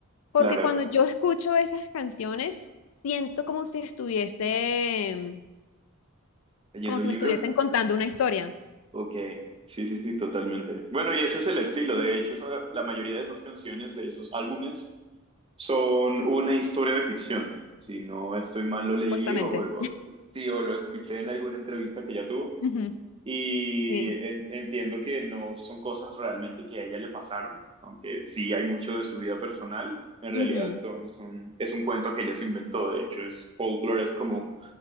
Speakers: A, on the left; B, on the right.
A: Porque
B: claro,
A: cuando yo escucho esas canciones, siento como si estuviese,
B: leyendo
A: como
B: un
A: si
B: libro.
A: me estuviesen contando una historia,
B: Ok, sí, sí, sí, totalmente. Bueno, y ese es el estilo. De hecho, esa- la mayoría de esas canciones, de esos álbumes, son una historia de ficción. Si no estoy mal, lo
A: supuestamente.
B: leí o, o- sí, o lo escuché en alguna entrevista que ella tuvo.
A: Ujú,
B: Y
A: Sí.
B: en- entiendo que no son cosas realmente que a ella le pasaron, aunque sí hay mucho de su vida personal. En realidad
A: Ujú,
B: son, son, es un cuento que ella se inventó. De hecho, es folklore, es como,